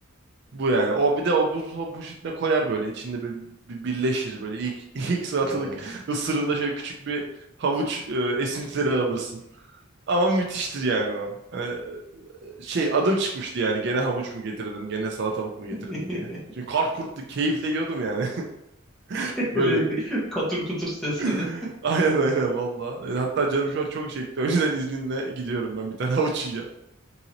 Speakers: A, on the right; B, in the centre.
A: Bu yani. O bir de o buz po- poşetine koyar böyle. içinde böyle bir birleşir böyle. ilk <laughs> ilk salatalık
B: Oo.
A: ısırında şöyle küçük bir havuç e, esintileri alırsın. Ama müthiştir yani o. Hani, e, şey adım çıkmıştı yani. Gene havuç mu getirdin? Gene salatalık mı getirdin
B: <laughs>
A: diye. Çünkü kar kurttu. Keyifle yiyordum yani. <laughs> Böyle
B: Bir de
A: bir.
B: katır kutur sesledim.
A: <laughs> Aynen aynen valla. E, Hatta canım şu an çok çekti. O yüzden izninle gidiyorum ben. Bir tane havuç yiyeceğim. <laughs>